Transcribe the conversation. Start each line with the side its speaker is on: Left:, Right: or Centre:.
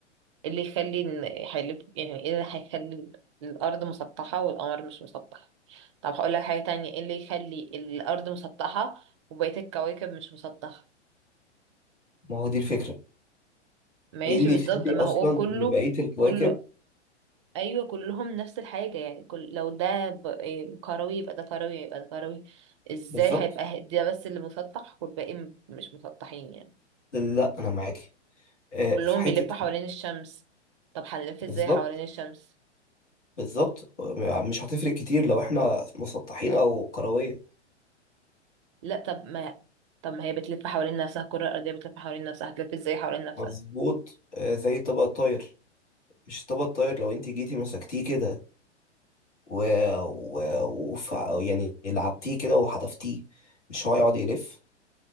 Right: إيه اللي يخلي ان هيلف يعني ايه اللي هيخلي الارض مسطحة والقمر مش مسطح طب هقول لك حاجة تانية ايه اللي يخلي الارض مسطحة وبقية الكواكب مش مسطحة
Left: ما هو دي الفكره
Right: ماشي
Left: ايه اللي
Right: بالظبط
Left: يخلي
Right: ما
Left: اصلا
Right: هو كله
Left: ان بقيه الكواكب
Right: كله ايوه كلهم نفس الحاجه يعني كل لو ده ب... إيه، كروي يبقى ده كروي يبقى ده كروي ازاي
Left: بالظبط
Right: هيبقى ده بس اللي مسطح والباقي م- مش مسطحين يعني
Left: لا انا معاكي آه،
Right: وكلهم
Left: في حته
Right: بيلفوا حوالين الشمس طب هنلف ازاي
Left: بالظبط
Right: حوالين الشمس
Left: بالظبط مش هتفرق كتير لو احنا مسطحين او كرويه
Right: لا طب ما طب ما هي بتلف حوالين نفسها الكره الارضيه بتلف حوالين نفسها هتلف ازاي حوالين نفسها
Left: مظبوط آه، زي الطبق الطاير مش الطبق الطاير لو انت جيتي مسكتيه كده و... و... وف... يعني لعبتيه كده وحدفتيه مش هو يقعد يلف